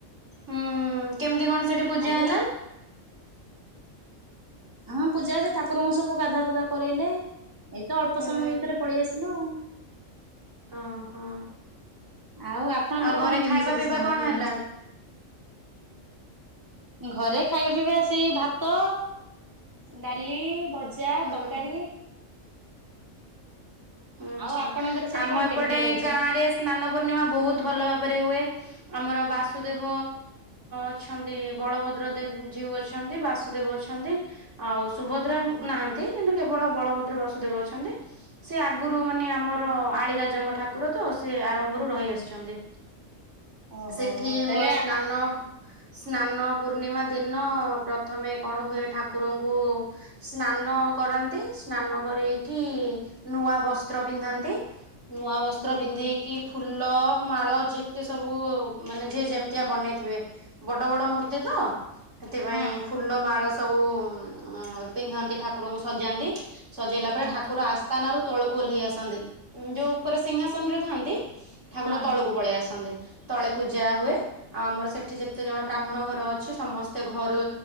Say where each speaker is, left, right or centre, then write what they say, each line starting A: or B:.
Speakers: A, on the right; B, on the right.
A: ହୁଁ କେମିତି କଣ ସେଠି ପୂଜା
B: ଆଜ୍ଞା।
A: ହେଲା?
B: ହଁ ପୂଜା ସେ ଠାକୁରଙ୍କୁ ସବୁ ଗାଧୁଆ ଫାଧୁଆ କରେଇଲେ ଏଇତ ଅଳ୍ପ
A: ହୁଁ
B: ସମୟ
A: ହୁଁ
B: ଭିତରେ ପଳେଇ ଆସିଲୁ ଆଉ।
A: ହଁ ହଁ
B: ଆଉ ଆପଣଙ୍କର
A: ଆଉ ଘରେ
B: କଣ କେମିତି
A: ଖାଇବା
B: ସେଠି
A: ପିଇବା
B: ସ୍ନାନ
A: କଣ
B: ପୂର୍ଣ୍ଣିମା
A: ହେଲା?
B: ଘରେ ଖାଇବା ପିଇବା ସେଇ ଭାତ ଡାଲି ଭ ଜା
A: ହୁଁ
B: ତରକାରୀ।
A: ହୁଁ ଆଛା
B: ଆଉ ଆପଣଙ୍କର ସେଠି
A: ଆମ
B: କଣ
A: ଏପଟେ
B: କେମିତି ହଉଛି?
A: ଗାଁରେ ସ୍ନାନ ପୂର୍ଣ୍ଣିମା ବହୁତ ଭଲ ଭାବରେ ହୁଏ। ଆମର ବାସୁଦେବ ଅଛନ୍ତି ବଳଭଦ୍ର ଦେବ ଯିଉ ଅଛନ୍ତି ବାସୁଦେବ ଅଛ ନ୍ତି ଆଉ ସୁଭଦ୍ରାଙ୍କୁ
B: ହୁଁ
A: ନାହାନ୍ତି କିନ୍ତୁ କେବଳ ବଳଭଦ୍ର ବାସୁଦେବ ଅଛନ୍ତି। ସେ ଆଗରୁ ମାନେ ଆମର ଆଳିରାଜାଙ୍କ ଠାକୁର ତ ସେ ଆରମ୍ଭରୁ ରହି
B: ଆଜ୍ଞା।
A: ଆସିଛନ୍ତି।
B: ଓହୋ
A: ସେଠି
B: ତାହେଲେ
A: ମୋ ସ୍ନାନ ସ୍ନାନ ପୂର୍ଣ୍ଣିମା ଦିନ ପ୍ରଥମେ କଣ ହୁଏ ଠାକୁରଙ୍କୁ ସ୍ନାନ କରନ୍ତି ସ୍ନାନ କରେଇକି ନୂଆ ବସ୍ତ୍ର ପିନ୍ଧାନ୍ତି ନୂଆ ବସ୍ତ୍ର
B: ହଁ
A: ପିନ୍ଧି କି ଫୁଲ ମାଳ ଯେତେ ସବୁ ମାନେ ଯିଏ ଯେମିତିଆ ବନେଇଥିବେ। ବଡ ବଡ ମୂର୍ତ୍ତି ତ। ସେଥିପାଇଁ
B: ହଁ
A: ଫୁଲ ମାଳ ସବୁ ଉ ପିନ୍ଧାନ୍ତି ଠାକୁରଙ୍କୁ ସଜାନ୍ତି। ସଜେଇଲା
B: ହଁ
A: ପରେ ଠାକୁର ଆସ୍ଥାନରୁ ତଳକୁ ଓହ୍ଲେଇ ଆସନ୍ତି ଯୋଉ ଉପରେ ସିଂହାସନରେ ଥାନ୍ତି। ଠାକୁର
B: ହଁ
A: ତଳକୁ ପଳେଇ ଆସନ୍ତି। ତଳେ ପୂଜା ହୁଏ ଆଉ ଆମର ସେଠି ଯେତେ ଜଣ ବ୍ରାହ୍ମଣ ଘର ଅଛି ସମସ୍ତେ ଘରୁ